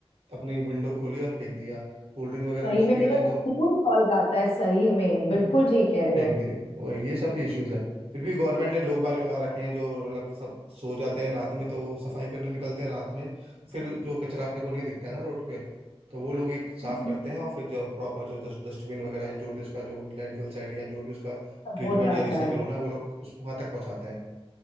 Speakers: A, on the right; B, on the left.
A: अपनी विंडो खोली और फेंक दिया कोल्ड ड्रिंक वगैरह
B: सही
A: कुछ
B: में
A: पी
B: मेरा
A: रहे हैं
B: तो
A: तो
B: खून खौल जाता है सही में
A: पी
B: बिल्कुल
A: के
B: ठीक कह रहे
A: फेंक
B: हो
A: दिया वही ये सब भी इश्यूज है फिर भी गवर्नमेंट ने लोग बाग लगा रखे हैं जो मतलब सब सो जाते हैं रात में तो वो सफाई करने निकलते हैं रात में तो फिर जो कचरा अपने को नहीं दिखता है ना रोड पे तो वो लोग ही साफ
B: हम्म,
A: करते हैं और फिर जो प्रॉपर जो डस्टबिन वगैरह है जो भी उसका जो लैंडफिल साइट या जो भी उसका
B: सब
A: ट्रीटमेंट
B: हो जाता
A: या रिसाइकल
B: है
A: होना है वो लोग उस वहां तक पहुंचाते हैं